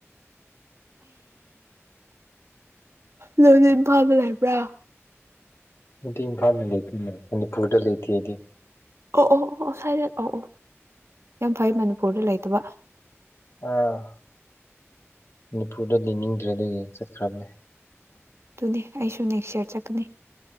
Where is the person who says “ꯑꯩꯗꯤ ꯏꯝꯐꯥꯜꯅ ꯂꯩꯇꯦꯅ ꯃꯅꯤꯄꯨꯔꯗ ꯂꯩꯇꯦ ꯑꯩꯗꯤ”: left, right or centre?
Left